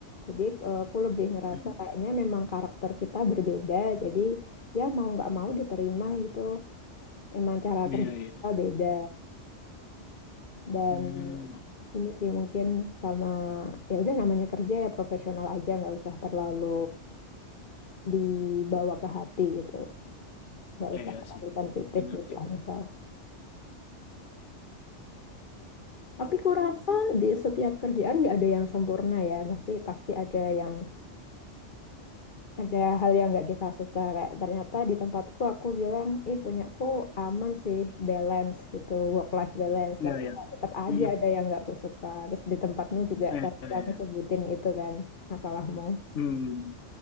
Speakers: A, on the left; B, on the left.
A: jadi eh, aku lebih ngerasa
B: Hmm,
A: kayaknya memang karakter kita berbeda jadi ya mau nggak mau diterima gitu emang cara
B: iya
A: kerja
B: iya
A: kita beda dan
B: hmm,
A: ini sih mungkin sama ya udah namanya kerja ya profesional aja nggak usah terlalu dibawa ke hati gitu nggak
B: eh,
A: usah
B: iya
A: terlalu
B: sih
A: sensitif
B: Benar
A: gitu
B: sih,
A: lah
B: Pak.
A: misal Tapi kurasa di setiap kerjaan nggak ada yang sempurna ya. Pasti pasti ada yang ada hal yang nggak kita suka. Kayak ternyata di tempatku aku bilang, eh punyaku aman sih, balance gitu, work life balance.
B: Iya,
A: Tapi
B: iya.
A: ya tetap aja
B: Hmm,
A: ada yang nggak aku suka. Terus di tempatmu juga
B: iya,
A: tadi
B: iya,
A: kamu
B: iya.
A: sebutin itu kan masalahmu.
B: Hmm.